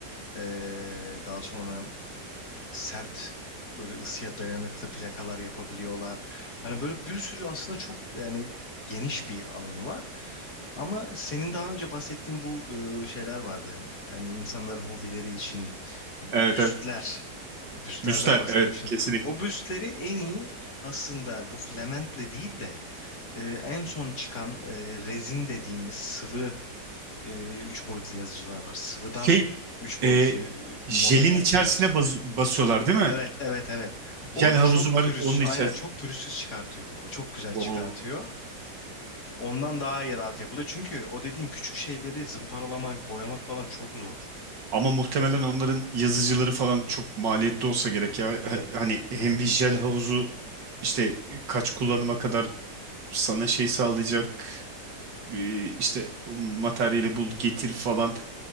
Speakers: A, on the left; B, on the right.
A: e, daha sonra sert böyle ısıya dayanıklı plakalar yapabiliyorlar. Hani böyle bir sürü aslında çok yani geniş bir alanı var. Ama senin daha önce bahsettiğin bu e, şeyler vardı. Yani insanların hobileri için büstler,
B: evet evet.
A: büstlerden
B: Müster
A: bahsetmiştin.
B: evet kesinlikle.
A: O büstleri en iyi aslında bu filamentle değil de e, en son çıkan e, rezin dediğimiz sıvı e, üç boyutlu yazıcılar var. Sıvıdan
B: Şey
A: üç boyutlu
B: e,
A: e, modeller
B: jelin içerisine
A: çıkartıyor.
B: bas- basıyorlar değil mi?
A: Evet, evet, evet.
B: Jel
A: O
B: havuzu
A: çok
B: var
A: pürüz,
B: onun içerisinde.
A: aynen çok pürüzsüz çıkartıyor. O çok güzel çıkartıyor.
B: Oo.
A: Ondan daha iyi rahat yapılıyor. Çünkü o dediğin küçük şeyleri zımparalamak, boyamak falan çok zor.
B: Ama muhtemelen onların yazıcıları falan çok maliyetli olsa gerek ya. Ha- Hani hem bir jel havuzu işte kaç kullanıma kadar sana şey sağlayacak e, işte o materyali bul getir falan.